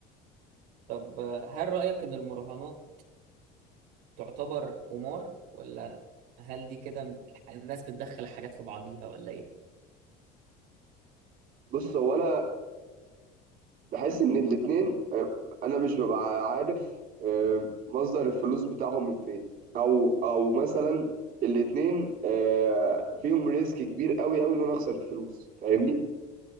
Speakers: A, on the right; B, on the right.
A: طب آه، هل رايك ان المراهنات تعتبر قمار ولا هل دي كده الناس بتدخل حاجات في بعضيها ولا ايه
B: بص هو انا بحس ان الاتنين آه، انا مش ببقى عارف آه، مصدر الفلوس بتاعهم من فين او او مثلا الاتنين آه، فيهم ريسك كبير قوي قوي ان انا اخسر الفلوس فاهمني